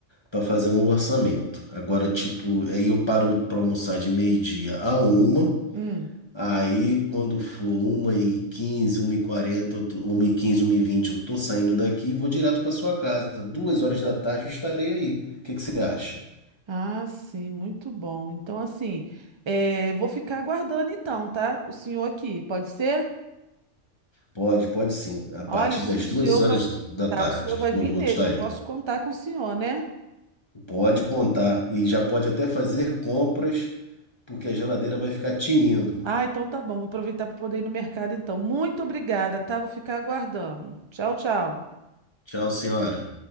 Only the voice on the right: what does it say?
hum.
Ah, sim, muito bom. Então, assim, é, vou ficar aguardando então, tá? O senhor aqui, pode ser?
Olha,
o s-
o senhor
vai,
tá,
o senhor vai
vir
mesmo,
eu
posso contar com o senhor, né?
Ah, então tá bom, vou aproveitar para poder ir no mercado então. Muito obrigada, tá? Vou ficar aguardando. Tchau, tchau.